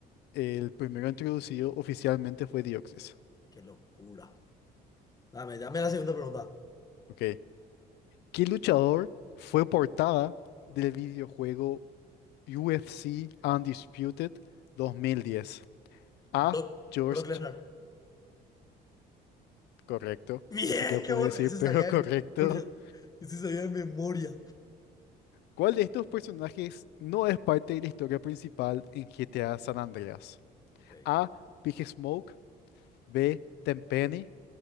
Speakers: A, on the left; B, on the left.
A: el primero introducido oficialmente fue Dioxis.
B: Qué locura. Dame, dame la segunda pregunta.
A: Ok. ¿Qué luchador fue portada del videojuego UFC Undisputed 2010? A.
B: Brock,
A: George.
B: Brock Lesnar.
A: Correcto.
B: Bien,
A: Ni siquiera
B: qué
A: pude
B: bueno.
A: decir,
B: Ese
A: <laughs> pero
B: sabía
A: correcto.
B: de memoria. Ese sabía de memoria.
A: ¿Cuál de estos personajes no es parte de la historia principal en GTA San Andreas?
B: Ok,
A: A. Big Smoke. B. Tenpenny.